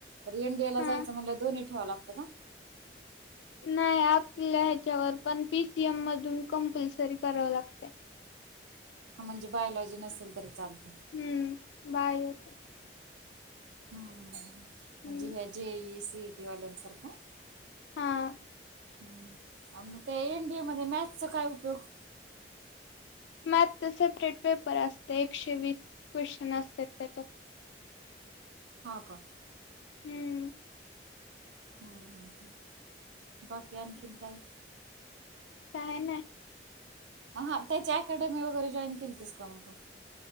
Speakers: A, on the right (about 80°); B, on the left (about 80°).
A: तर एन डी ए ला
B: हा
A: जायचं म्हणल्यावर, दोन्ही ठेवावं लागतं का?
B: नाही आपल्या ह्याच्यावर. पण पी सी एम मधून कंपल्सरी करावं लागतय.
A: हा, म्हणजे बायोलॉजी नसेल तरी चालत.
B: हम्म. बायो.
A: हम्म. म्हणजे
B: हम्म
A: ह J E, C E T वाल्यांसारखं.
B: हां.
A: हम्म. आ मग ते एन डी ए मध्ये मॅथ्स चा काय उपयोग?
B: मॅथच सेपरेट पेपर असते. एकशे वीस क्वेश्चन असत्यात, त्याच्यात.
A: हा, का?
B: हम्म.
A: हम्, ह्, ह. बाकी, आणखीन काय?
B: काय नाही.
A: अ हा, त्याची अकॅडमी वगैरे जॉईन केलतीस का, मग तू?